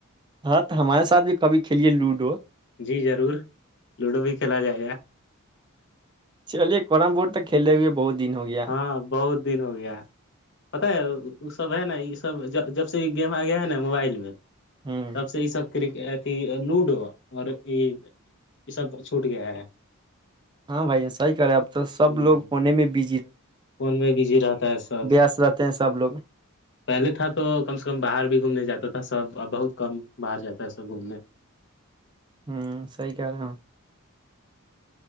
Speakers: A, on the right; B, on the left.
A: ہاں تو ہمارے ساتھ بھی کبھی کھیلیے لوڈو
B: جی ضرور لوڈو بھی کھیلا جائے گا
A: چلیے کررم بورڈ تک کھیلے ہوئے بہت دن ہو گیا
B: ہاں بہت دن ہو گیا پتا ہے وہ سب ہے نا یہ سب جب جب سے گیم آ گیا ہے نا موبائل میں
A: ہ
B: تب سے یہ سب کرکٹ اھی لوڈو اور یہ یہ سب چھوٹ گیا ہے
A: ہاں بھائی ایسا ہی کر رہے اب تو
B: ہ
A: سب لوگ فونے میں بی
B: فون میں بزی رہتا ہے سب
A: وست رہتے ہیں سب لوگ
B: پہلے تھا تو کم سے کم باہر بھی گھومنے جاتا تھا سب ا بہت کم باہر جاتا ہے سب گھومنے
A: ہ سی کہ رہا ہ